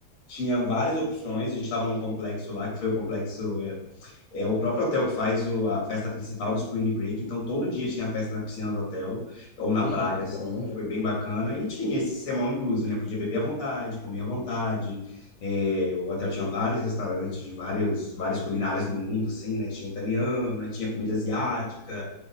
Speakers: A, on the left; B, on the left.
A: tinha várias opções. A gente estava num complexo lá, que foi o complexo é, É o próprio hotel que faz o- a festa principal do Spring Break, então todo dia tinha festa na piscina do hotel, ou na
B: Olha,
A: praia,
B: que
A: assim,
B: da hora.
A: foi bem bacana, e tinha esse sermão incluso, né? Podia beber à vontade, comer à vontade, é, o hotel tinha vários restaurantes, de vários, várias culinárias do mundo, assim, né? Tinha italiano, aí tinha comida asiática,